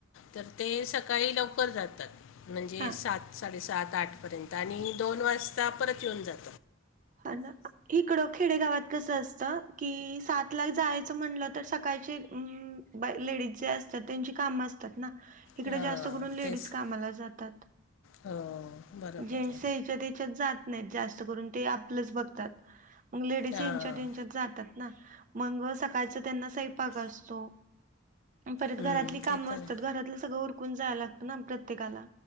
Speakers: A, on the left; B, on the right.
A: तर ते सकाळी लवकर जातात. म्हणजे
B: हा
A: सात साडेसात आठ पर्यंत आणि दोन वाजता परत येऊन जात.
B: हा ना इकडं खेडे गावात कसं असत. की सात ला जायचं म्हणलं तर सकाळची लेडीज जे असतात त्यांची काम इडे
A: हां
B: जास्त करून लेडीज
A: तेच
B: कामाला जातात.
A: हो बरोबर
B: जेंट्स
A: आहे
B: हच्या त्याच्यात जात. जास्त करून ते आपलंच बघतात. मग लेडीज
A: हां
B: हेंच्यात तेंच्यात जातात ना. मग सकाळचा त्यांना साईपक असतो. परत
A: हं
B: घरातली कामं
A: ते तर आहे
B: असतात. घरातलं सगळं उरकून जायला लागतं ना प्रत्येकाला.